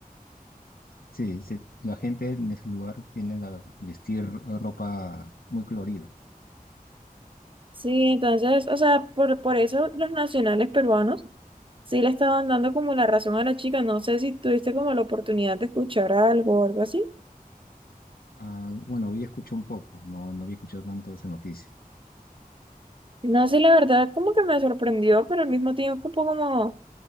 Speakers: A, on the left; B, on the right.
A: Sí, sí, la gente en ese lugar tiene a vestir ropa muy colorida.
B: Sí, entonces, o sea, por, por eso los nacionales peruanos sí le estaban dando como la razón a la chica. No sé si tuviste como la oportunidad de escuchar algo o algo así.
A: Ah, bueno, había escuchado un poco, no, no había escuchado tanto de esa noticia.
B: No sé, la verdad, como que me sorprendió, pero al mismo tiempo un poco como